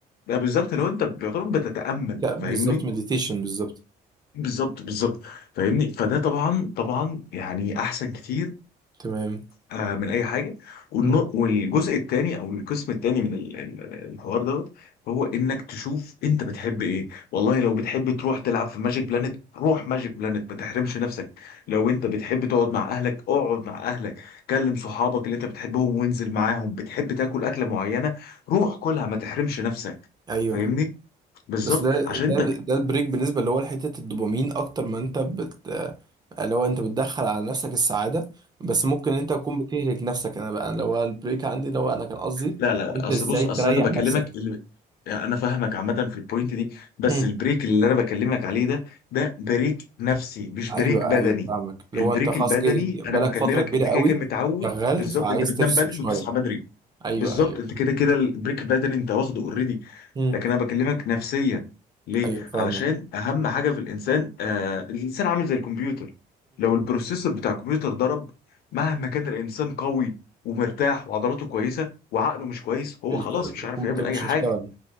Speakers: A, on the left; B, on the right.
A: بقى بالظبط اللي هو أنت يعتبر بتتأمل
B: لا بالظبط
A: فاهمني
B: مديتيشن بالظبط
A: بالظبط بالظبط فاهمني فده طبعا طبعا يعني أحسن كتير
B: تمام
A: آه، من اي حاجه والن-
B: مم.
A: والجزء الثاني او القسم الثاني من ال- ال- الحوار دوت هو انك تشوف انت بتحب ايه والله لو بتحب تروح تلعب في ماجيك بلانت روح ماجيك بلانت ما تحرمش نفسك لو انت بتحب تقعد مع اهلك اقعد مع اهلك كلم صحابك اللي انت بتحبهم وانزل معاهم بتحب تاكل اكله معينه روح كلها ما تحرمش نفسك
B: ايوه
A: فاهمني بالظبط
B: بس ده
A: عشان
B: ده
A: انت
B: ده البريك بالنسبه اللي هو لحته الدوبامين اكتر ما انت بت اللي هو انت بتدخل على نفسك السعاده بس ممكن انت تكون بتهلك نفسك انا بقى اللي هو البريك عندي اللي هو انا كان قصدي
A: لا لا
B: انت
A: اصل
B: ازاي
A: بص اصل
B: تريح
A: انا بكلمك
B: نفسك
A: اللي... يعني انا فاهمك عامه في البوينت دي بس
B: مم.
A: البريك اللي انا بكلمك عليه ده ده بريك نفسي مش
B: ايوه
A: بريك بدني
B: ايوه فاهمك اللي
A: البريك
B: هو انت خلاص
A: البدني
B: جي- جي- بقالك
A: انا مكلمك
B: فتره كبيره
A: انت
B: قوي
A: كده كده متعود
B: شغال
A: بالظبط
B: فعايز
A: انت بتنام
B: تفصل
A: بدري
B: شويه
A: وبتصحى بدري
B: ايوه
A: بالظبط
B: ايوه
A: انت كده كده البريك بدني انت واخده اوريدي
B: مم.
A: لكن انا بكلمك نفسيا ليه؟
B: ايوه فاهمك
A: علشان اهم حاجه في الانسان آه الانسان عامل زي الكمبيوتر لو البروسيسور بتاع الكمبيوتر ضرب مهما كان الانسان قوي ومرتاح وعضلاته كويسه وعقله مش كويس هو
B: الك-
A: خلاص مش
B: الكمبيوتر
A: عارف يعمل
B: مش
A: اي حاجه
B: هيشتغل